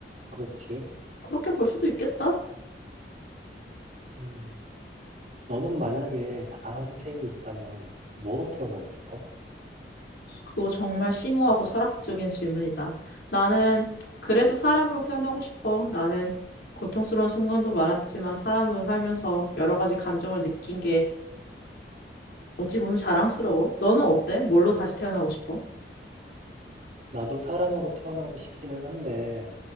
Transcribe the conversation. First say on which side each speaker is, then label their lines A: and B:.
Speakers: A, on the right (about 40°); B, on the left (about 65°).
A: 그렇지.
B: 그렇게 볼 수도 있겠다.
A: 음. 너는 만약에 다음 생이 있다면 뭐로 태어나고 싶어?
B: 그거 정말 심오하고 철학적인 질문이다. 나는 그래도 사람으로 태어나고 싶어. 나는 고통스러운 순간도 많았지만 사람으로 살면서 여러 가지 감정을 느낀 게 어찌 보면 자랑스러워. 너는 어때? 뭘로 다시 태어나고 싶어?
A: 나도 사람으로 태어나고 싶기는 한데,